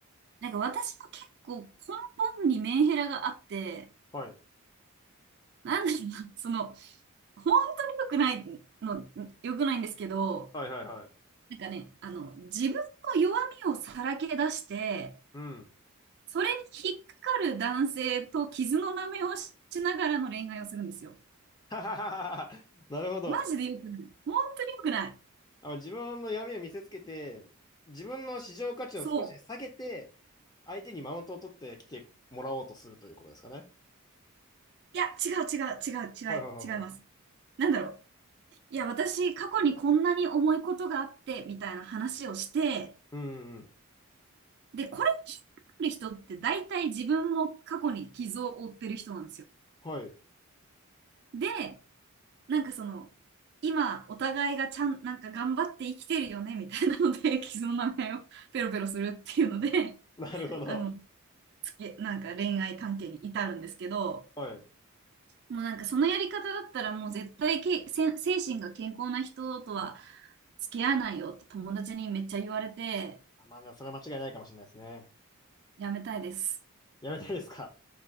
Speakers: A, on the right; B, on the left.
A: なんか私も結構根本にメンヘラがあって、
B: はい、
A: なんだろうな、その、本当に良くないの、良くないんですけど、
B: はい、はい、はい。
A: なんかね、あの、自分の弱みをさらけ出して、
B: うん。
A: それに引っかかる男性と傷の舐めをしながらの恋愛をするんですよ。
B: <laughs> はははは。なるほど。
A: マジで良くない。本当に良くない。
B: あ自分の闇を見せつけて、自分の市場価値を少し下げて、
A: そう。
B: 相手にマウントを取ってきてもらおうとするということですかね。
A: いや、違う違う違う違う違います。
B: はい、はい、はい、はい。
A: なんだろう。いや、私、過去にこんなに重いことがあって、みたいな話をして、
B: うん、うん。
A: で、これ聞くる人って大体自分も過去に傷を負ってる人なんですよ。
B: はい。
A: で、なんかその、今、お互いがちゃん、なんか頑張って生きてるよね、みたいなので、<laughs> 傷の名前を <laughs> ペロペロするっていうので、
B: なるほど。
A: あの、つけ、なんか恋愛関係に至るんですけど、
B: はい。
A: もうなんかそのやり方だったらもう絶対け、せ、精神が健康な人とは付き合わないよって友達にめっちゃ言われて、
B: あまあ、でもそれは間違いないかもしれないですね。
A: やめたいです。
B: やめたいですか